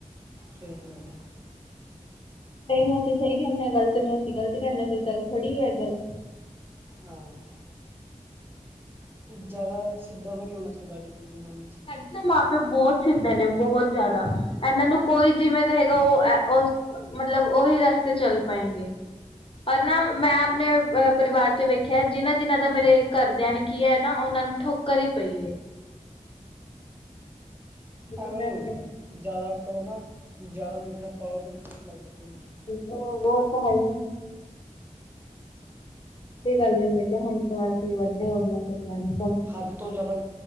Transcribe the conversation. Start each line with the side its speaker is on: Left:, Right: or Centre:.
Right: ਸਹੀ ਗੱਲੀ ਏ।
Left: ਸਹੀ ਨੀ ਅਸੀਂ ਸਹੀ ਕਹਿਦੇ, ਗਲਤ ਨਹੀਂ ਅਸੀਂ ਗ਼ਲਤ ਕਹਿਨੇ ਕੋਈ ਗੱਲ ਥੋੜ੍ਹੀ ਏ ਗੱਲ।
Right: ਹਾਂ ਜ਼ਿਆਦਾ ਸਿੱਧਾ ਵ ਨਹੀਂ ਹੋਣਾ ਚਾਹੀਦਾ ਅੱਜ ਕੱਲ੍ਹ ਜ਼ਮਾਨੇ 'ਚ।
Left: ਸਾਡੇ ਨਾ ਮਾਂ ਪਿਓ ਬਹੁਤ ਸਿੱਧੇ ਨੇ, ਬਹੁਤ ਜ਼ਿਆਦਾ ਇਹਨਾਂ ਨੂੰ ਕੋਈ ਜਿਵੇਂ ਕਹੇਗਾ ਉਹ ਇਹ। ਮਤਲਬ ਉਹੀ ਰਸਤੇ ਚੱਲ ਪਾਏਗੇ। ਪਰ ਨਾ ਮੈਂ ਆਪਣੇ ਪਰਿਵਾਰ ਚ ਵੇਖਿਆ ਜਿਹਨਾਂ-ਜਿਹਨਾਂ ਦਾ ਮੇਰੇ ਘਰਦਿਆਂ ਨੇ ਕੀ ਹੈ ਨਾ ਉਹਨਾਂ ਨੂੰ। ਠੋਕਰ ਹੀ ਪਈ ਏ। ਕਿਉਂਕਿ
Right: ਐਵੇਂ
Left: ਮੈਂ
Right: ਹੀ
Left: ਆਪਣੇ
Right: ਹੁੰਦੇ ਹੈ ਜ਼ਿਆਦਾ ਕਰੋ ਨਾ, ਜ਼ਿਆਦਾ ਮਿੱਠਾ ਪਾਓ ਫਿਰ ਕੀੜੇ ਲੱਗ ਜਾਂਦਾ ਮਿੱਠੇ 'ਚ।
Left: ਵੁਹ- ਵੁਹ ਤਾਂ ਹੈ ਹੀ। ਕੋਈ ਗੱਲ ਨੀ ਮੈਂ ਕਿਹਾ ਹੁਣ ਤਾਂ ਅਸੀਂ ਵੱਡੇ ਹੋ ਗਏ ਆ ਕੋਈ ਗੱਲ ਨੀਂ।
Right: ਹੱਦ ਤੋਂ ਜ਼ਿਆਦਾ,